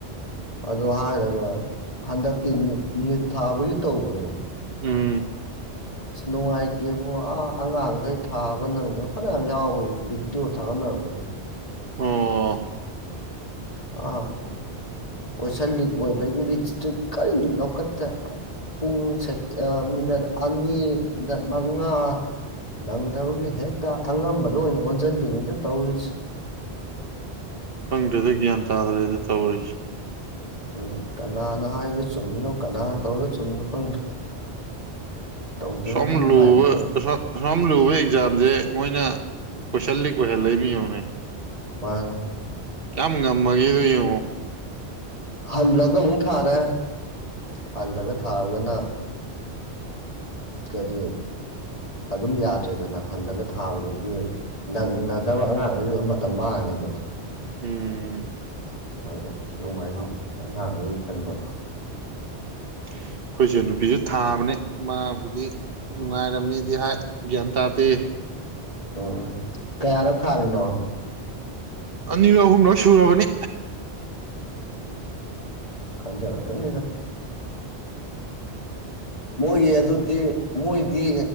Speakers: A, on the left (about 35°); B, on the right (about 60°).
A: ꯑꯣ ꯍꯥꯏꯔꯒ ꯍꯟꯗꯛꯀꯤ ꯅꯤꯠ ꯊꯥꯕꯒꯤ ꯇꯧꯕꯗꯣ
B: ꯎꯝ
A: ꯑꯁ ꯅꯨꯡꯉꯥꯏꯇꯦꯕ ꯑ ꯑꯉꯥꯡꯈꯩ ꯊꯥꯕ ꯅꯪꯗꯣ ꯐꯅꯌꯥꯝ ꯌꯥꯎꯕ ꯕꯤꯗꯤꯑꯣ ꯊꯥꯕ ꯅꯪꯕ ꯀꯗꯨ
B: ꯑꯣ
A: ꯑꯥ ꯀꯣꯏꯁꯟ ꯂꯤꯛ ꯑꯣꯏꯕꯒꯤꯗꯤ ꯏꯁꯇ꯭ꯔꯤꯛ ꯀꯔꯤꯝꯛ ꯂꯧꯈꯠꯇ꯭ꯔꯦ ꯄꯨꯡ ꯃꯤꯅꯠ ꯑꯅꯤ ꯃꯤꯅꯠ ꯃꯉꯥ ꯅꯪꯗꯕꯒꯤ ꯍꯦꯛꯇ ꯑꯉꯝꯕꯗ ꯑꯣꯏꯅ ꯑꯣꯟꯁꯤꯟꯕꯅꯤꯅ ꯇꯧꯔꯤꯁꯦ
B: ꯐꯪꯗ꯭ꯔꯦꯗ ꯒ꯭ꯌꯥꯟ ꯇꯥꯗ꯭ꯔꯦꯗ ꯇꯧꯔꯤꯁ
A: ꯎ ꯀꯅꯥꯅꯣ ꯍꯥꯏꯔꯤꯗ ꯆꯨꯝꯃꯤꯅꯣ ꯀꯅꯥꯅ ꯇꯧꯅꯣ ꯆꯨꯝꯃꯤꯅꯣ ꯈꯪꯗ꯭ꯔꯦ ꯇꯧꯖꯔꯗꯅ
B: ꯁꯣꯝꯂꯨꯕ
A: ꯃꯥꯏ ꯃꯥꯏ
B: ꯁ ꯁꯣꯔꯝ ꯂꯨꯕ ꯑꯦꯛꯖꯥꯝꯁꯦ ꯃꯣꯏꯅ ꯀꯁꯜ ꯀ ꯍꯜꯂ ꯂꯩꯃꯤꯅꯦ
A: ꯋꯥ
B: ꯀꯌꯥꯝ ꯉꯝꯃꯒꯗꯨ ꯌꯦ
A: ꯍꯜꯂꯒ ꯑꯃꯨꯛ ꯊꯥꯔꯦ ꯍꯜꯂꯒ ꯊꯥꯔꯒꯅ ꯀꯔꯤ ꯑꯗꯨꯝ ꯌꯥꯗ꯭ꯔꯦꯗꯅ ꯍꯜꯂꯒ ꯊꯥꯕꯗꯨꯒꯤ ꯅꯪꯅꯗꯕ ꯑꯉꯥꯡꯗꯩ ꯂ ꯃꯇꯝ ꯃꯥꯡꯉꯅꯤꯗꯅ
B: ꯎꯝ
A: ꯑꯗꯨ ꯅꯨꯡꯉꯥꯏ ꯉꯥꯡꯗꯤ ꯈꯟꯕꯗꯣ
B: ꯑꯩꯈꯣꯏꯁꯦ ꯅꯨꯄꯤꯁꯨ ꯊꯥꯕꯅꯦ ꯃꯥꯕꯨꯗꯤ ꯅꯨꯡꯉꯥꯏꯔꯝꯃꯤꯗꯤ ꯍꯥꯏ ꯒ꯭ꯌꯥꯟ ꯇꯥꯗꯦ
A: ꯑꯣ ꯀꯌꯥꯗ ꯊꯥꯔꯤꯅꯣ
B: ꯑꯅꯤꯔꯛ ꯑꯍꯨꯝꯂꯣꯏ ꯁꯨꯔꯕꯅꯤ
A: ꯎ ꯈꯪꯖꯗ ꯐꯔꯅꯤꯗ ꯃꯣꯏꯒꯤ ꯑꯗꯨꯗꯤ ꯃꯣꯏꯗꯤ